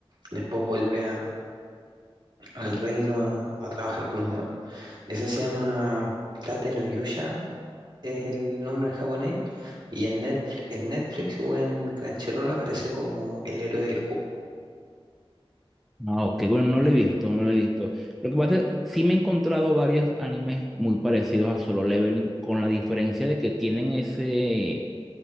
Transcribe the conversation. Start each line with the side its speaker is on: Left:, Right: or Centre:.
Right: después vuelve a- al reino a, a trabajar con los demás. Eso se llama Tate no Yusha, es el nombre en japonés y en Netflix, en Netflix o en Crunchyroll aparece como El héroe del escudo.
Centre: Ah, ok, bueno, no lo he visto, no lo he visto. Lo que pasa es, sí me he encontrado varios animes muy parecidos a Solo Leveling, con la diferencia de que tienen ese.